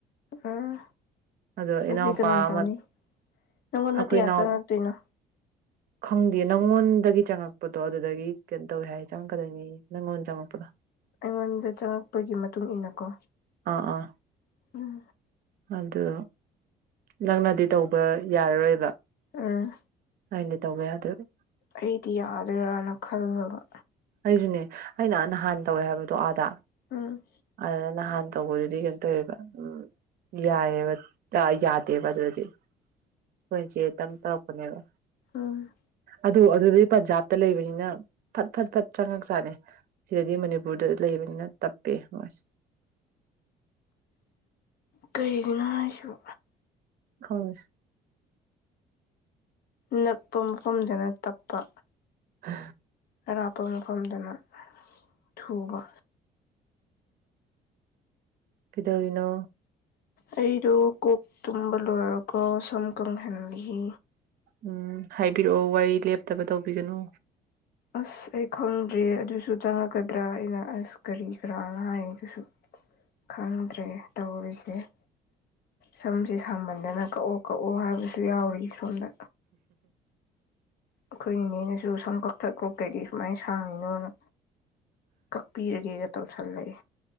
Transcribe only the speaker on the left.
ꯑꯥ
ꯑꯗꯨꯗꯤ
ꯀꯅꯥ
ꯇꯧꯅꯤ ꯅꯪꯉꯣꯟꯗ
ꯀꯌꯥ
ꯆꯪꯉꯛꯇꯣꯏꯅꯣ
ꯑꯩꯉꯣꯟꯗ ꯆꯪꯉꯛꯄꯒꯤ ꯃꯇꯨꯡ ꯏ ꯃꯇꯨꯡꯏꯟꯅꯀꯣ
ꯎꯝ
ꯎꯝ
ꯑꯩꯗꯤ ꯌꯥꯗꯣꯏꯔꯥꯅ ꯈꯜꯂꯒ
ꯎꯝ
ꯎꯝ
ꯀꯩꯒꯤꯅꯁꯨꯣ
ꯅꯛꯄ ꯃꯐꯝꯗꯅ ꯇꯞꯄ
ꯑꯔꯥꯞꯄ ꯃꯐꯝꯗꯅ ꯊꯨꯕ
ꯑꯩꯗꯨ ꯀꯣꯛꯣꯛ ꯇꯨꯝꯕ ꯂꯣꯏꯔꯒ ꯁꯝ ꯀꯪꯍꯦꯜꯂꯤ
ꯑꯁ ꯑꯩ ꯈꯪꯗ꯭ꯔꯦ ꯑꯗꯨꯁꯨ ꯆꯪꯉꯛꯀꯗ꯭ꯔꯥ ꯑꯩꯅ ꯑꯁ ꯀꯔꯤ ꯀꯔꯥꯅ ꯍꯥꯏ ꯑꯗꯨꯁꯨ ꯈꯪꯗ꯭ꯔꯦ ꯇꯧꯔꯤꯁꯦ ꯁꯦ ꯁꯝꯁꯦ ꯁꯥꯡꯃꯟꯗꯅ ꯀꯛꯑꯣ ꯀꯛꯑꯣ ꯍꯥꯏꯕꯁꯨ ꯌꯥꯎꯔꯤ ꯁꯣꯝꯗ ꯑꯩꯈꯣꯏ ꯏꯅꯦꯅꯁꯨ ꯁꯝ ꯀꯛꯊꯛꯄ ꯀꯩꯗꯤ ꯁꯨꯃꯥꯏꯅ ꯁꯥꯡꯉꯤꯅꯣꯅ ꯀꯛꯄꯤꯔꯒꯦꯒ ꯇꯧꯁꯜꯂꯛꯑꯦ